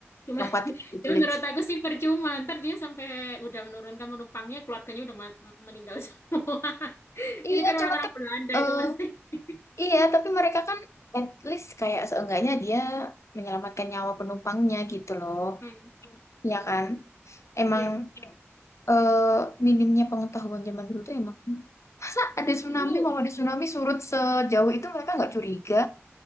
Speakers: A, on the left (about 60°); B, on the left (about 85°).
A: Cuman,
B: tempat itu
A: cuman <laughs>
B: sulit
A: menurut
B: sih.
A: aku sih percuma. Ntar dia sampai udah menurunkan penumpangnya, keluarganya udah ma- meninggal semua. <laughs>
B: Iya,
A: Ini kan
B: cuma
A: orang-orang
B: kan
A: Belanda
B: eh
A: itu pasti. <laughs>
B: iya tapi mereka kan at least kayak seenggaknya dia menyelamatkan nyawa penumpangnya gitu loh.
A: Hmm.
B: Ya kan? Emang
A: Iya.
B: eh minimnya pengetahuan zaman dulu tuh emang masa ada tsunami
A: Itu
B: mau ada tsunami surut sejauh itu mereka nggak curiga